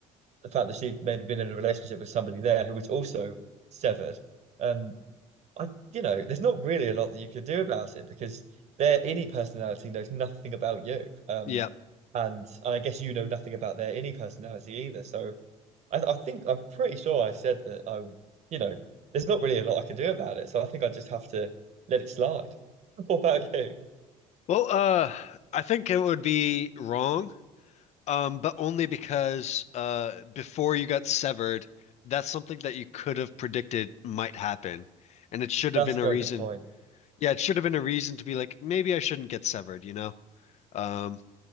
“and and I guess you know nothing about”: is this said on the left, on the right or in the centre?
Right